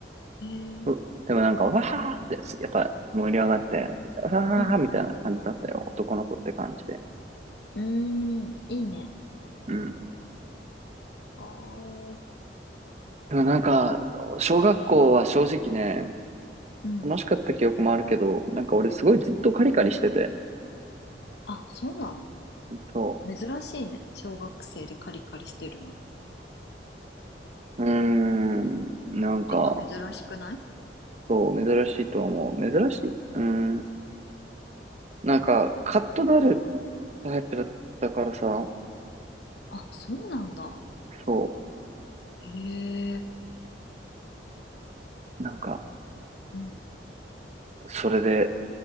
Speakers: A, on the left (about 65°); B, on the right (about 40°).
A: えー、
B: う。うでもなんか、わーって、やっぱ盛り上がって、わーみたいな感じだったよ。
A: うん。
B: 男の子って感じで。
A: うーん、いいね。
B: うん。
A: ああ、
B: でもなんか、小学校は正直ね、
A: うん。
B: 楽しかった記憶もあるけど、なんか俺すごいずっとカリカリしてて、
A: あ、そうなの
B: そ
A: 珍しいね。小学生でカリカリしてるの。
B: う。うーん、なんか、
A: ちょっと珍しくない
B: そう、珍しいと思う。珍しい。うーん、なんか、カッとなるタイプだったからさ、
A: あ、そうなんだ。
B: そ
A: へえ。
B: う、なんか、
A: うん。
B: それで、